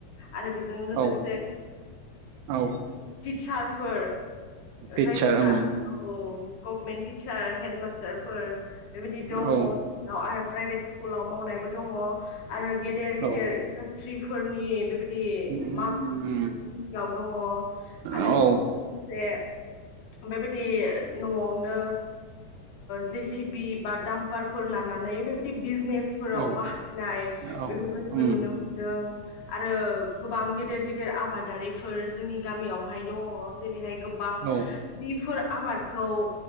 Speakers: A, on the left; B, on the right.
A: आरो बेजों लोगोसे
B: औ औ
A: टिचारफोर
B: टिचार
A: जायफोरा
B: ओं
A: औ गभमेन्ट टिचार हेडमास्टारफोर बेबायदि दङ
B: औ
A: जोंनियाव आरो प्राइभेट स्कुलाव मावनायबो दङ आरो गेदेर गेदेर
B: औ
A: इन्डास्ट्रिफोरनि बेबायदि
B: उम,
A: बिदि मालिकफोर जोंनियाव दङ आरो
B: औ
A: बेजोंनो लोगोसे बेबायदि न'आवनो जे सि पि बा दामपारफोर लानानै बिजनेसफोराव
B: औ
A: बाहायनाय
B: औ
A: बेफोर बायदिबो
B: उम
A: नुनो मोन्दों आरो गोबां गेदेर गेदेर आबादारिफोर जोंनि गामियावहाय दङ जेरैहाय गोबां
B: औ
A: जिफोर आबादखौ